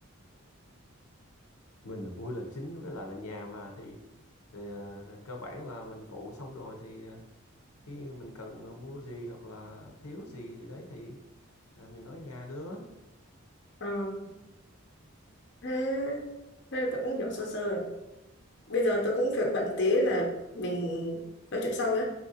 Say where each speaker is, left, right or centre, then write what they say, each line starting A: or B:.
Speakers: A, on the left; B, on the left.
A: mình là vui là chính với lại là nhà mà thì, thì ờ, thì cơ bản là mình phụ xong rồi thì ờ, khi mình cần mua gì hoặc là thiếu gì đấy thì ờ, mình nói nhà đứa
B: Ờ. thế thế tôi cũng hiểu sơ sơ Bây giờ tôi cũng việc bận tí là mình nói chuyện sau nhé.